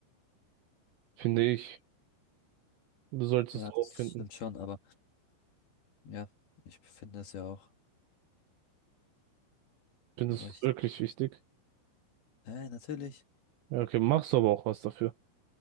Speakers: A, on the right; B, on the left.
A: finde ich. Du solltest
B: Ja,
A: es auch
B: das
A: finden.
B: stimmt schon, aber ja, ich finde es ja auch.
A: Findest
B: Aber ich,
A: du es wirklich wichtig?
B: äh, natürlich.
A: Ja, okay, machst du aber auch was dafür.